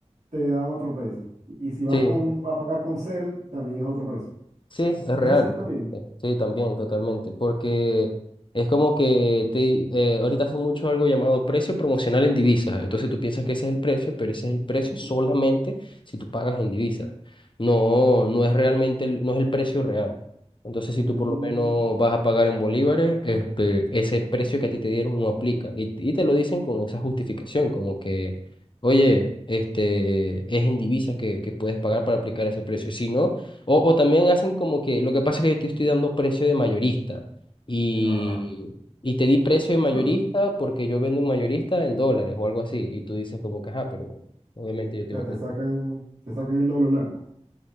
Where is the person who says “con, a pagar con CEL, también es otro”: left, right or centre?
Right